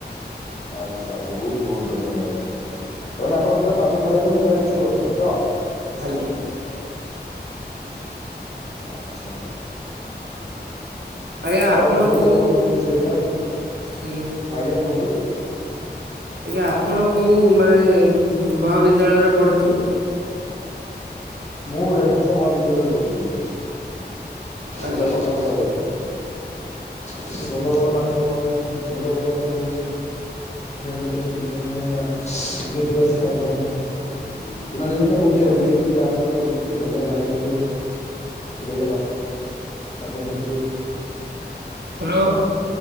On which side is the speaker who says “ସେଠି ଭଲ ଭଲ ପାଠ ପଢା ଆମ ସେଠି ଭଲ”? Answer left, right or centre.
Left